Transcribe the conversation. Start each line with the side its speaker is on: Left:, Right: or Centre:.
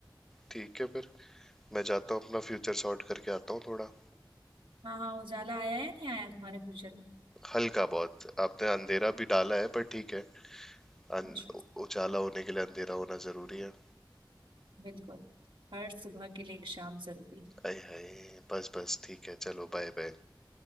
Centre: ठीक है फिर मैं जाता हूँ अपना फ्यूचर सॉर्ट करके आता हूँ थोड़ा
Right: हाँ हाँ, उजाला आया है नहीं आया तुम्हारे फ्यूचर में
Centre: हल्का बहुत आपने अंधेरा भी डाला है पर ठीक है अन-
Right: अच्छा
Centre: उजाला होने के लिए अंधेरा होना जरूरी है
Right: बिल्कुल हर सुबह के लिए एक शाम जरूरी
Centre: आय हाय बस बस ठीक है चलो बाय बाय